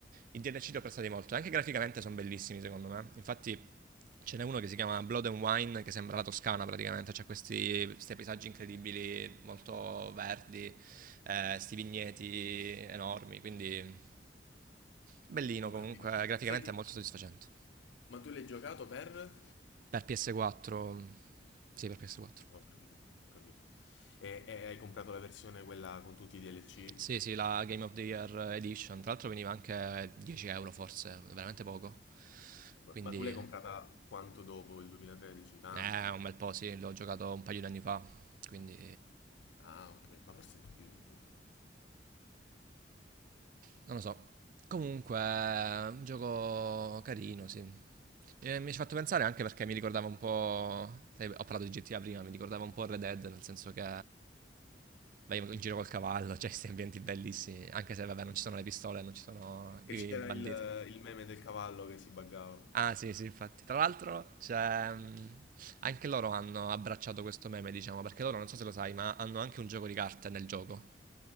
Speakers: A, on the right; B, on the left.
A: i DLC li ho apprezzati molto. Anche graficamente sono bellissimi, secondo me. Infatti, ce n'è uno che si chiama Blood and Wine, che sembra la Toscana praticamente. C'ha questi, questi paesaggi incredibili, molto verdi, questi eh, sti vigneti enormi. Quindi, bellino
B: Ho
A: comunque.
B: capito.
A: Graficamente
B: Senti,
A: è molto soddisfacente.
B: ma tu l'hai giocato per? No,
A: Per PS4, sì, per PS4.
B: Ho capito, ho capito. E, e hai comprato la versione quella con tutti i DLC?
A: Sì, sì, la Game of the Year Edition. Tra l'altro veniva anche 10 euro forse, veramente poco.
B: Ma,
A: Quindi,
B: ma tu l'hai comprata quanto dopo il 2013? Tanto.
A: eh, un bel po', sì, l'ho giocato un paio di anni fa, quindi
B: Ah, ok, ma forse più di due. anni fa.
A: non lo so. Comunque, un gioco carino, sì. Mi mi ci ha fatto pensare anche perché mi ricordava un po'. sai, ho parlato di GTA prima, mi ricordava un po' Red Dead, nel senso che vai in giro col cavallo, <laughs> cioè questi ambienti bellissimi,
B: Mm.
A: anche se vabbè non ci sono le pistole, non ci sono
B: Che
A: i
B: c'era
A: banditi.
B: il, il meme del cavallo che si buggava.
A: Ah sì, sì, infatti. Tra l'altro, c'è, mhmm, anche loro hanno abbracciato questo meme, diciamo, perché loro, non so se lo sai, ma hanno anche un gioco di carte nel gioco,